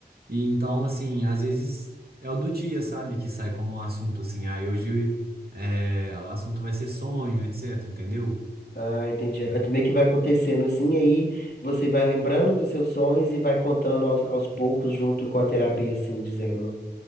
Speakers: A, on the right; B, on the left.
A: E então, assim, às vezes é o do dia, sabe? Que sai como um assunto assim, ah, hoje é, o assunto vai ser sonho, etc, entendeu?
B: Ah, entendi. Ah, Meio que vai acontecendo assim, aí você vai lembrando dos seus sonhos e vai contando aos, aos poucos junto com a terapia, assim, dizendo.